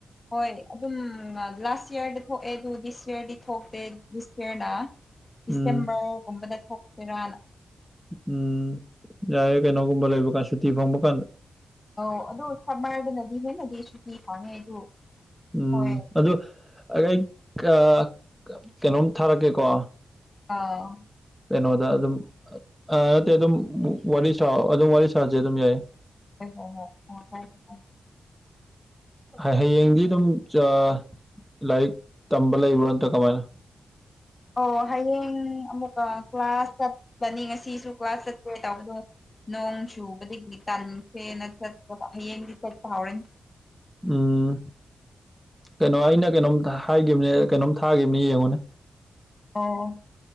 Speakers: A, on the left; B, in the centre.
A: ꯍꯣꯏ ꯑꯗꯨꯝ ꯂꯥꯁ ꯏꯌꯔꯗ ꯊꯣꯛꯑꯦ ꯑꯗꯨ ꯗꯤꯁ ꯏꯌꯔꯗꯤ ꯊꯣꯛꯇꯦ ꯗꯤꯁ ꯏꯌꯔꯅ ꯗꯤꯁꯦꯝꯕꯔ
B: ꯎꯝ
A: ꯒꯨꯝꯕꯗ ꯊꯣꯛꯇꯣꯏꯔꯥꯅ
B: ꯎꯝ ꯌꯥꯏꯌꯦ ꯀꯩꯅꯣꯒꯨꯝꯕ ꯂꯩꯕꯀꯥꯟ ꯁꯨꯇꯤ ꯐꯪꯕꯀꯥꯟꯗ
A: ꯑꯧ ꯑꯗꯨ ꯁꯔꯃꯔꯗꯅꯗꯤ ꯍꯦꯟꯅꯗꯤ ꯁꯨꯇꯤ ꯐꯪꯉꯦ ꯑꯗꯨ
B: ꯎꯝ
A: ꯍꯣꯏ
B: ꯑꯗꯨ ꯑꯩ ꯀ ꯀꯩꯅꯣꯝ ꯊꯥꯔꯛꯀꯦꯀꯣ
A: ꯑꯧ
B: ꯀꯩꯅꯣꯗ ꯑꯗꯨꯝ ꯑ ꯅꯠꯇꯦ ꯑꯗꯨꯝ ꯋꯥꯔꯤ ꯁꯥꯎ ꯑꯗꯨꯝ ꯋꯥꯔꯤ ꯁꯥꯁꯦ ꯑꯗꯨꯝ ꯌꯥꯏ
A: <unintelligible>
B: ꯍꯌꯦꯡꯗꯤ ꯑꯗꯨꯝ ꯆ ꯂꯥꯏꯔꯤꯛ ꯇꯝꯕ ꯂꯩꯕ꯭ꯔꯥ ꯅꯠꯇ꯭ꯔꯥ ꯀꯃꯥꯏꯅ
A: ꯑꯣ ꯍꯌꯦꯡ ꯑꯃꯨꯛꯀ ꯀ꯭ꯂꯥꯁ ꯆꯠꯀꯅꯤ ꯉꯁꯤꯁꯨ ꯀ꯭ꯂꯥꯁ ꯆꯠꯀꯦ ꯇꯧꯕꯗꯣ ꯅꯣꯡ ꯆꯨꯕꯗꯒꯤ ꯇꯟꯈ꯭ꯔꯦꯅ ꯆꯠꯇꯕ ꯍꯌꯦꯡꯗꯤ ꯆꯠꯄ ꯍꯧꯔꯅꯤ
B: ꯎꯝ ꯀꯩꯅꯣ ꯑꯩꯅ ꯀꯩꯅꯣꯝ ꯍꯥꯏꯒꯤꯕꯅꯦ ꯀꯩꯅꯣꯝ ꯊꯥꯒꯤꯕꯅꯤ ꯌꯦꯡꯉꯣꯅꯦ
A: ꯑꯣ